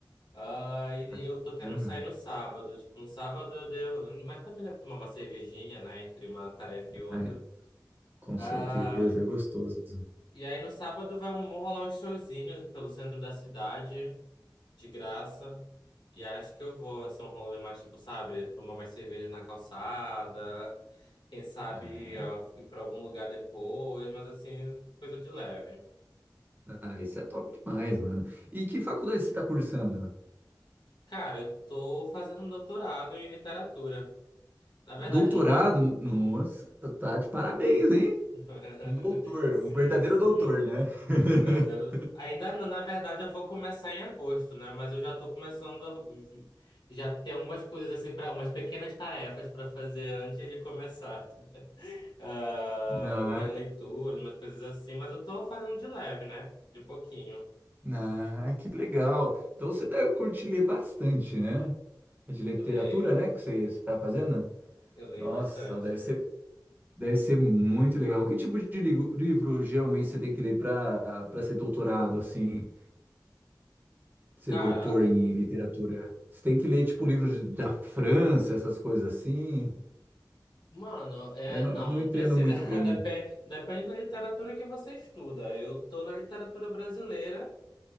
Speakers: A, on the left (about 80°); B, on the right (about 25°).
A: Ah, e
B: ah, que
A: eu tô querendo
B: bacana.
A: sair no sábado. Tipo, no sábado eu devo. Mas também devo tomar uma cervejinha, né? Entre uma tarefa e outra.
B: Ah, é, com
A: Ah,
B: certeza, é gostoso.
A: e aí no sábado vai, vão rolar uns showzinhos pelo centro da cidade, de graça. E acho que eu vou. Vai ser um rolê mais, tipo, sabe? Tomar mais cerveja na calçada. Quem sabe
B: Ah, é-
A: ah, ir pra algum lugar depois. Mas assim, coisa de leve.
B: ah, isso é top demais, mano. E que faculdade você tá cursando?
A: Cara, eu tô fazendo um doutorado em literatura. Na verdade,
B: Doutorado?
A: não tô.
B: Nossa, tá de parabéns, hein?
A: <laughs>
B: Um doutor,
A: Sim,
B: um verdadeiro
A: sim.
B: doutor, né? <laughs>
A: O Verdadeiro. Ainda não, na verdade, eu vou começar em agosto, né? Mas eu já tô começando. a- Já tem algumas coisas, assim, para umas pequenas tarefas pra fazer antes de começar. Ah,
B: Ah,
A: umas leituras, umas coisas assim. Mas eu tô fazendo de leve, né? De pouquinho.
B: ah, que legal. Então você deve curtir ler bastante, né? É De literatura,
A: Eu leio.
B: né? Que você está fazendo?
A: Eu leio
B: Nossa,
A: bastante.
B: deve ser. Deve ser muito legal. Que tipo de ligo- livro geralmente você tem que ler para para ser doutorado, assim, ser
A: Cara.
B: doutor em literatura? Você tem que ler, tipo, livros de- da França, essas coisas assim?
A: Mano, é,
B: Eu não,
A: não,
B: eu não
A: não
B: entendo
A: precisa.
B: muito
A: <laughs>
B: bem.
A: Depen- Depende, da literatura que você estuda. Eu tô na literatura brasileira,